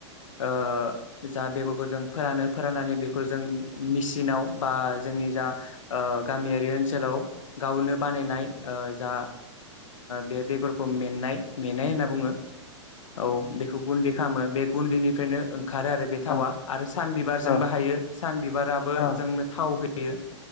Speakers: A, on the left; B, on the left.
A: ओ जा बेगरखौ जों फोरानो फोराननानै बेखौ जों मिचिनाव बा जोंनि जा ओ गामियारि ओनसोलाव गावनो बानायनाय ओ जा बे बेगरखौ मेननाय मेनाय होनना बुङो औ बेखौ गुन्दै खामो बे गुन्दैनिफ्रायनो ओं खारो आरो बे थावा
B: औ
A: आरो सान बिबारजोंबो
B: औ
A: हायो सान बिबाराबो
B: औ
A: जोंनो थाव होय बेयो